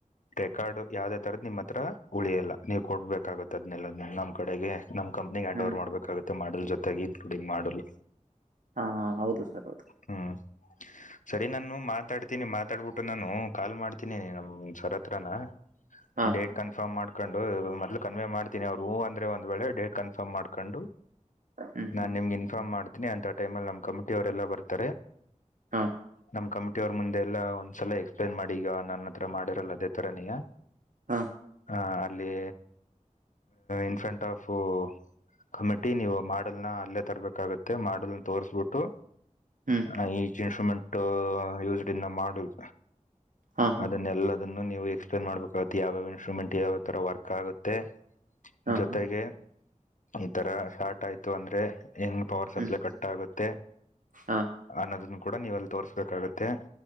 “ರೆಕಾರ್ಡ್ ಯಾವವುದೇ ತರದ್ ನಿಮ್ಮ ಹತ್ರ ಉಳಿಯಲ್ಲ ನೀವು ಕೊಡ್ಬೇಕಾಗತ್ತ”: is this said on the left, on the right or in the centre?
Left